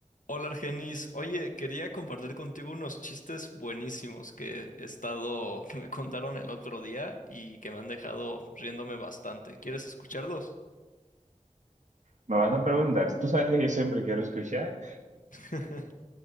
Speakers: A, on the left (about 80°); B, on the right (about 70°).
A: Hola Argenis, oye, quería compartir contigo unos chistes buenísimos que he estado, que me contaron el otro día y que me han dejado riéndome bastante. ¿Quieres escucharlos?
B: Me vas a preguntar, tú sabes que yo siempre quiero escuchar.
A: <laughs>